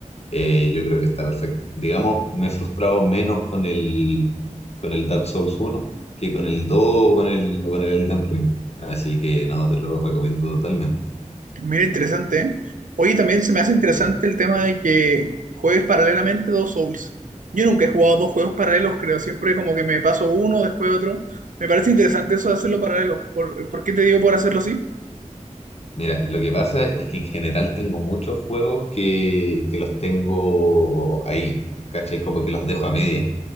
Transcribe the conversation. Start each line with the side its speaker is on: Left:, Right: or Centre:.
Left: eh, yo creo que está perfecto. Digamos, me he frustrado menos con el, con el Dark Souls uno que con el 2 o con el, o con el Elden Ring. Así que no, te lo recomiendo totalmente.
Right: Mira, interesante, ¿eh? Oye, también se me hace interesante
Left: Sí.
Right: el tema de que juegues paralelamente dos Souls. Yo nunca he jugado dos juegos paralelos, creo. Siempre como que me paso uno, después otro. Me parece interesante eso de hacerlo paralelo. ¿Por, por qué te digo por hacerlo así?
Left: Mira, lo que pasa es que en general tengo muchos juegos que, que los tengo ahí, ¿cachai? Como que los dejo a medias.